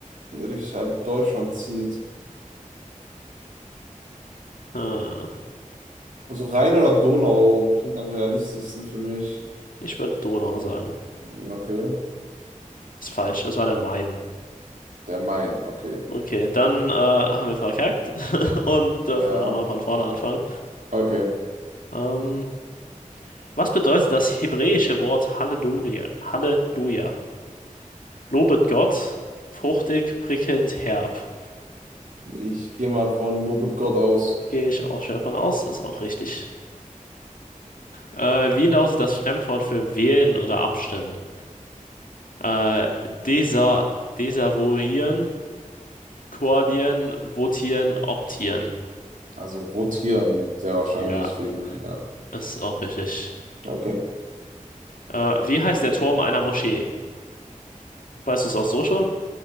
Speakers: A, on the right (about 70°); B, on the left (about 80°).
A: durch halb Deutschland zieht.
B: Ah,
A: Also Rhein oder Donau klingt am realistischsten für mich.
B: ich würde Donau sagen.
A: Hm, Okay.
B: Ist falsch, es war der Main.
A: Der Main, okay.
B: Okay, dann äh, haben wir verkackt. und dürfen
A: Ja,
B: nochmal von vorne anfangen.
A: okay.
B: Ähm, was bedeutet das hebräische Wort Halleluja? Halleluja. Lobet Gott, fruchtig, prickelnd, herb.
A: Ich gehe mal von Lobet Gott aus.
B: Gehe ich auch schwer von aus, ist auch richtig. Äh, wie lautet das Fremdwort für wählen oder abstimmen? Äh, desa desavouieren, koalieren, votieren, optieren.
A: Also votieren, sehr wahrscheinlich
B: Ja,
A: wegen, ja.
B: ist auch richtig.
A: Okay.
B: Äh, wie heißt der Turm einer Moschee? Weißt du es auch so schon?